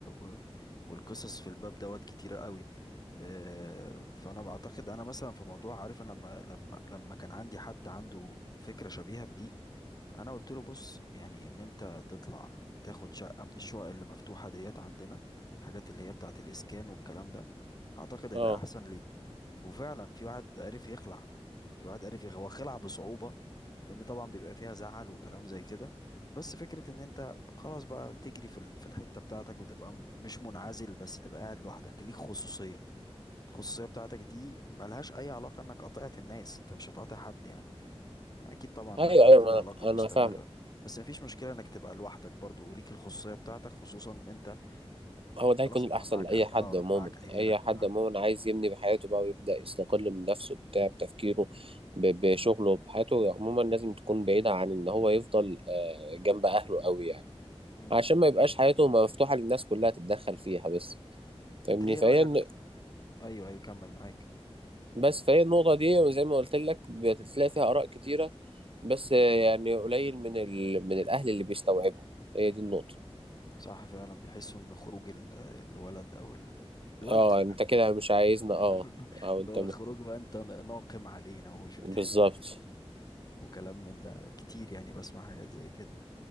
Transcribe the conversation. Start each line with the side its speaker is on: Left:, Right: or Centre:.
Left: و... والقصص في الباب دوت كتيرة قوي آه، فانا بعتقد انا مثلا في موضوع عارف انا لما لما لما كان عندي حد عنده فكرة شبيهة بدي انا قلت له بص يعني ان انت تطلع تاخد شقه من الشقق اللي مفتوحه ديت عندنا الحاجات اللي هي بتاعه الاسكان والكلام ده اعتقد هيبقى
Right: اه
Left: احسن ليك وفعلا في واحد عرف يخلع في واحد عرف يخلع هو خلع بصعوبة لأن طبعا بيبقى فيها زعل وكلام زي كده بس فكرة إن أنت خلاص بقى تجري في ال- في الحتة بتاعتك وتبقى م- مش منعزل بس تبقى قاعد لوحدك ليك خصوصية الخصوصية بتاعتك دي ملهاش أي علاقة إنك قاطعت الناس أنت مش هتقاطع حد يعني اكيد طبعا
Right: ايوه
Left: هيبقى
Right: ايوه
Left: في علاقة
Right: انا
Left: مستمرة
Right: أنا فاهم
Left: بس مفيش مشكلة انك تبقى لوحدك برضو وليك الخصوصية بتاعتك خصوصا ان انت
Right: هو ده
Left: خلاص
Right: هيكون
Left: بقى
Right: الأحسن
Left: معاك
Right: لأي
Left: عي...
Right: حد
Left: اه
Right: عموما
Left: معاك عيالك
Right: أي حد
Left: معاك
Right: عموما عايز يبني بحياته بقى ويبدأ يستقل من نفسه بتاع بتفكيره ب- بشغله بحياته عموما لازم تكون بعيدة عن إن هو يفضل آه، جنب أهله قوي يعني
Left: مم.
Right: عشان ما يبقاش حياته مفتوحة للناس كلها تتدخل فيها بس فاهمني
Left: انت ايه
Right: فهي
Left: رأيك
Right: الن-
Left: ايوه ايوه كمل معاك
Right: بس فهي النقطة دي زي ما قلت لك بتلاقي فيها آراء كتيرة بس آه، يعني قليل من ال... من الأهل اللي بيستوعبها هي دي النقطة
Left: صح فعلا بيحسوا ان خروج ال- الولد او ال... الولد
Right: اه
Left: في الاغلب
Right: انت كده
Left: خروجه
Right: مش عايزنا اه
Left: <laughs>
Right: او
Left: اللي
Right: انت
Left: هو
Right: ب-
Left: خروج بقى انت ناقم علينا ومش بتحبنا
Right: بالظبط
Left: وكلام من ده كتير يعني بسمع حاجات زي كده